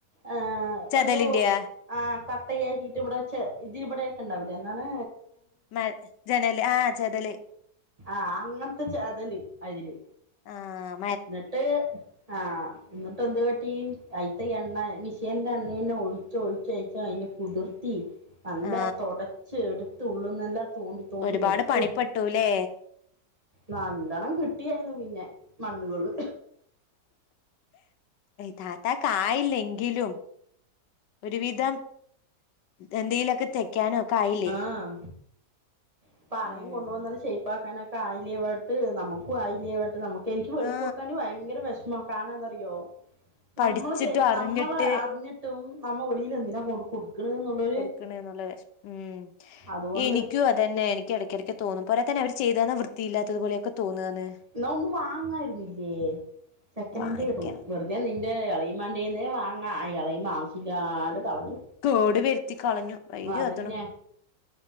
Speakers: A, on the right; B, on the left.
A: ഏഹ്
B: ചതലിന്റെയാ
A: എന്തോ. ആഹ് കട്ടയാക്കിട്ട് ഇവിടെ ച്ചേ ഇതി ബടെക്കെ ണ്ടാവുലേ അന്നാണ്.
B: മ ജനല് ആഹ് ചെതല്
A: ആഹ് അങ്ങൻത്തെ ചെതല് അയില്
B: ആഹ്
A: ന്നിട്ട് ആഹ് എന്നിട്ട് എന്ത് കാട്ടി അയിത്ത എണ്ണ മിഷീന്റെ എണ്ണ അന്നെ ഒഴി ചൊ ഒഴിച്ചയച്ചാ അയിന് കുതിർത്തി നല്ല
B: ആ
A: തൊടച്ച് എടുത്ത് ഉള്ളന്ന്എല്ലാം തോണ്ടി തോണ്ടി
B: ഒരുപാട്
A: എടുത്ത്
B: പണിപ്പെട്ടൂല്ലേ
A: നല്ലോണം കിട്ടിയായിന്ന് പിന്നെ മണ്ണുകള്
B: താത്താക്കായില്ലെങ്കിലും ഒരുവിധം എന്തേയ്ലൊക്കെ തെക്കാനും ഒക്കെ ആയില്ലേ
A: ആഹ് ഇപ്പ ആറേം
B: ഉം
A: കൊണ്ട് വന്നത് ഷെയിപ്പാക്കാൻ ഒക്കെ ആയില്ലേ വ് ട്ട് നമുക്കും ആയില്ലേ പറഞ്ട്ട് നമുക്ക് എനിക്ക് വെളി
B: ആ
A: കൊടുക്കാൻ ഭയങ്കര വെഷമാ കാരണം എന്താ റിയ്യോ
B: പഠിച്ചിട്ടും
A: നമ്മള് തെ
B: അറിഞ്ഞിട്ട്
A: നമ്മള് അറിഞ്ഞിട്ടും നമ്മ വെളിയിൽ എന്തിനാ കൊണ്ട് കൊടു ക്ക്ണ്ന്ന്ള്ളൊ
B: കൊടുക്കണേ എന്നുള്ള വിഷമം ഉം
A: അതുകൊണ്ട്
B: എനിക്കും അതന്നെ എനി ക്കെടെക്കെടക്ക് തോന്നും പോരാത്തേന് അവര് ചെയ്യ്തെന്ന വൃത്തിയില്ലാത്തത് പോലെ ഒക്കെ തോന്ന്ആന്ന്
A: ന്നാ ഒന്ന് വാങ്ങായിരുന്ന്ല്ലേ സെക്കൻനന്റ്
B: വാങ്ങിക്കണം
A: കിട്ടും വെറുത ഞാ നിന്റെ എളയിമാന്റേന്ന് വാങ്ങാ എളേയ്മ ആവശ്യല്ലാണ്ട് കളഞ്ഞു
B: തോട് വെരുത്തി കളഞ്ഞു വൈര്
A: അതന്നെ
B: വത്തണു